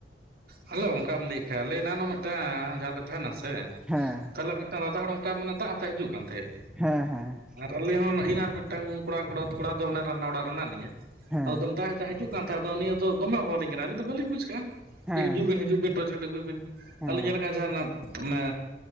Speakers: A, on the right (about 60°); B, in the centre.
A: ᱦᱮᱸᱞᱳ ᱚᱱᱠᱟᱢ ᱞᱟᱹᱭᱮᱫ ᱠᱷᱟᱡ ᱟᱞᱮ ᱮᱱᱟᱱᱚᱜ ᱢᱤᱫᱴᱟᱝ ᱡᱟᱦᱟᱸ ᱨᱮᱞᱮ ᱛᱟᱦᱮᱱᱟ ᱥᱮ,
B: ᱦᱮᱸ,
A: ᱛᱟᱦᱚᱞᱮ ᱢᱤᱫᱴᱟᱝ ᱫᱟᱫᱟ ᱦᱚᱲ ᱚᱱᱠᱟ ᱢᱟᱱᱮ ᱫᱟᱜ ᱦᱟᱛᱟᱭ ᱦᱤᱡᱩᱜ ᱠᱟᱱ ᱛᱟᱦᱮᱸᱫ,
B: ᱦᱮᱸ ᱦᱮᱸ,
A: ᱟᱞᱤᱧ ᱦᱚᱸ ᱤᱧ ᱟᱨ ᱢᱤᱫᱴᱟᱝ ᱠᱚᱲᱟ ᱠᱚᱲᱟ ᱛᱷᱚᱲᱟ ᱫᱚ ᱚᱱᱟ ᱨᱟᱱᱱᱟ ᱚᱲᱟᱜ ᱨᱮ ᱢᱮᱱᱟᱜ ᱞᱤᱧᱟᱹ
B: ᱦᱮᱸ
A: <unintelligible> ᱦᱤᱡᱩᱜ ᱠᱟᱱ ᱛᱟᱦᱮᱸ ᱟᱫᱚ ᱱᱤᱭᱟᱹ ᱫᱚ ᱫᱚᱢᱮ ᱦᱚᱦᱚ ᱟᱹᱞᱤᱧ ᱠᱟᱱᱟ ᱟᱹᱞᱤᱧ ᱫᱚ ᱵᱟᱞᱤᱧ ᱵᱩᱡᱽ ᱠᱟᱜᱼᱟ ᱾
B: ᱦᱮᱸ
A: ᱦᱤᱡᱩᱜ ᱵᱤᱱ ᱦᱤᱡᱩᱜ ᱵᱤᱱ ᱴᱚᱪᱞᱟᱹᱭᱤᱴ ᱟᱹᱜᱩᱭ ᱵᱤᱱ
B: ᱦᱮᱸ
A: ᱟᱨᱞᱤᱧ ᱧᱮᱞᱮ ᱠᱟᱱᱟᱟ ᱡᱟᱦᱟᱱᱟᱜ ᱢᱟᱱᱮ